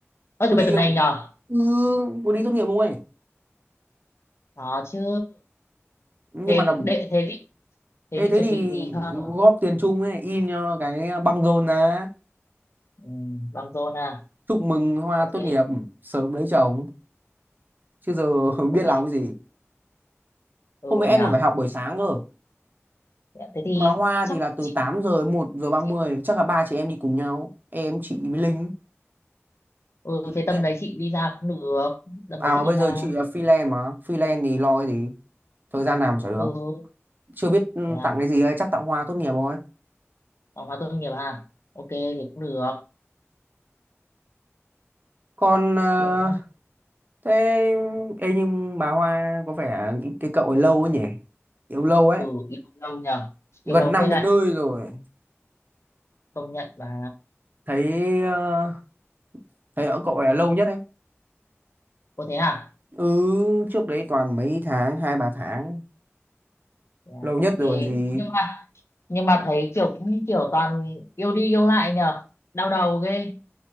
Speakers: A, on the left; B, on the right.
A: ơ
B: Có
A: thứ bảy
B: đi
A: tuần này
B: không?
A: nhờ
B: Ừ, có đi tốt nghiệp không ấy?
A: đó chứ
B: Nhưng
A: thế
B: mà là
A: đệ thế định thế
B: Ê,
A: định
B: thế
A: chuẩn
B: thì
A: bị gì không
B: góp tiền chung ấy, in cho cái băng rôn ra.
A: ừ, băng rôn à
B: Chúc mừng Hoa
A: ok
B: tốt nghiệp, sớm lấy chồng. Chứ giờ <laughs> không
A: ok
B: biết làm cái gì.
A: ừ
B: Hôm nay em
A: nhờ
B: còn phải học buổi sáng cơ.
A: thế thì
B: Mà Hoa
A: chắc
B: thì là từ
A: chị
B: 8 giờ đến một giờ ba
A: chị
B: mươi chắc là ba chị em đi cùng nhau em chị với Linh
A: ừ
B: Chị
A: thế tầm
B: Linh ấy.
A: đấy chị đi ra cũng được tầm
B: à
A: đấy
B: mà
A: chị đi
B: bây
A: ra
B: giờ chị là freelance mà freelance thì lo cái gì thời gian nào mà chả được
A: ừ
B: chưa biết ừ,
A: thế à
B: tặng cái gì ấy chắc tặng Hoa tốt nghiệp thôi
A: phòng hóa tốt nghiệp à ok thì cũng được
B: còn ờ,
A: Nhưng-
B: thế ê nhưng bà Hoa có vẻ cái, cái cậu ấy lâu ấy nhỉ yêu lâu ấy
A: ừ yêu lâu nhờ yêu
B: gần
A: lâu
B: năm
A: phết
B: đến
A: đấy
B: nơi rồi
A: công nhận và
B: thấy ờ, thấy ở cậu ấy là lâu nhất ấy
A: có thế à
B: ừ trước đấy toàn mấy tháng hai ba tháng
A: Dạ,
B: lâu
A: ok
B: nhất rồi còn gì
A: nhưng mà nhưng mà thấy kiểu cũng kiểu toàn yêu đi yêu lại nhờ đau đầu ghê